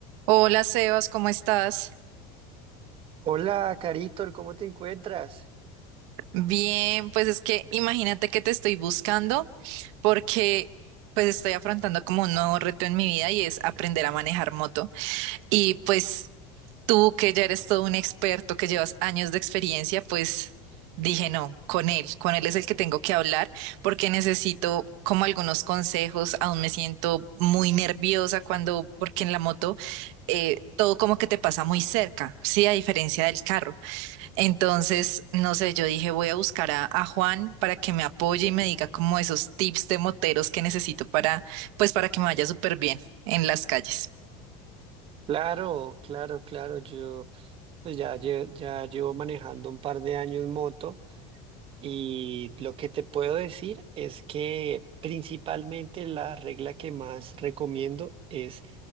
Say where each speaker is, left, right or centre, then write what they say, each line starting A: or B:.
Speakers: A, on the right; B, on the right.
A: Hola Sebas, ¿cómo estás?
B: Hola, Carito, ¿cómo te encuentras?
A: Bien, pues es que imagínate que te estoy buscando porque pues estoy afrontando como un nuevo reto en mi vida y es aprender a manejar moto. Y pues tú que ya eres todo un experto, que llevas años de experiencia, pues dije no, con él, con él es el que tengo que hablar porque necesito como algunos consejos, aún me siento muy nerviosa cuando, porque en la moto eh, todo como que te pasa muy cerca, sí, a diferencia del carro. Entonces, no sé, yo dije, voy a buscar a, a Juan para que me apoye y me diga como esos tips de moteros que necesito para, pues para que me vaya súper bien en las calles.
B: Claro, claro, claro. Yo pues ya, lle- ya llevo manejando un par de años moto y lo que te puedo decir es que principalmente la regla que más recomiendo es